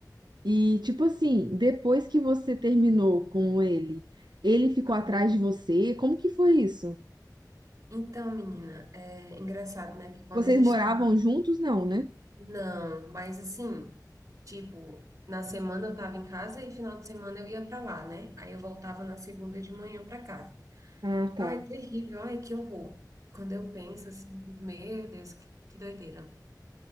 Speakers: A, on the right (about 80°); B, on the right (about 45°).
A: E, tipo assim, depois que você terminou com ele, ele ficou
B: Ah.
A: atrás de você? Como que foi isso?
B: Então, menina, é engraçado, né? Que quando
A: Vocês
B: a gente
A: moravam
B: tá.
A: juntos? Não, né?
B: Não, mas assim, tipo, na semana eu tava em casa e final de semana eu ia pra lá, né? Aí eu voltava na segunda de manhã pra casa.
A: Ah,
B: Ai,
A: tá.
B: terrível, ai, que horror. Quando eu penso assim, meu Deus, que, que doideira.